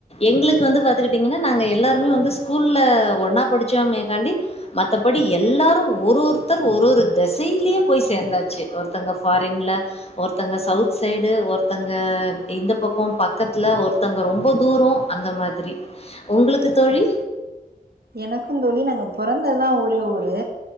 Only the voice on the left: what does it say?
எங்களுக்கு வந்து பாத்துக்கிட்டீங்கன்னா நாங்க எல்லாருமே வந்து ஸ்கூல்ல ஒன்னா படிச்சோமேக்காண்டி மத்தபடி எல்லாரு ஒரு ஒருத்தர் ஒரு ஒரு திசையிலேயே போய் சேந்தாச்சு ஒருத்தங்க ஃபாரின்ல ஒருத்தங்க சவுத் சைடு ஒருத் அ இந்த பக்கோ பக்கத்துல ஒருத்தங்க ரொம்ப தூரோ அந்த மாரி ஒங்களுக்கு தோழி